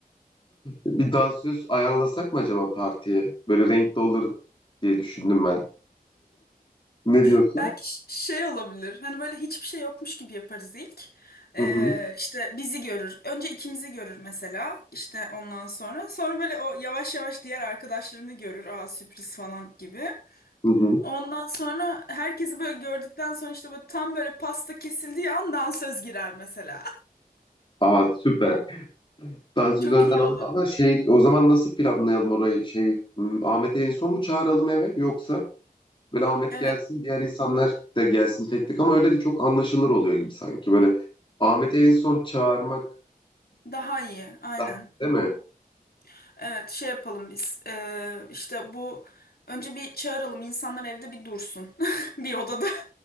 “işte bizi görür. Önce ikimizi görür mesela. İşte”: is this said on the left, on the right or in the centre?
Left